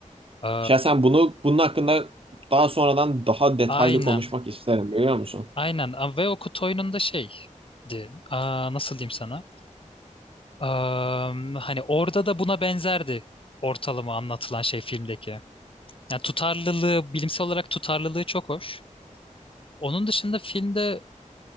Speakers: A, on the left; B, on the right.
A: Ee,
B: Şahsen bunu bunun hakkında daha sonradan daha detaylı
A: aynen.
B: konuşmak isterim biliyor musun?
A: Aynen. Ve o kutu oyununda şeydi. Aa, nasıl diyeyim sana? Am, hani orada da buna benzerdi ortalama anlatılan şey filmdeki. Yani tutarlılığı, bilimsel olarak tutarlılığı çok hoş. Onun dışında filmde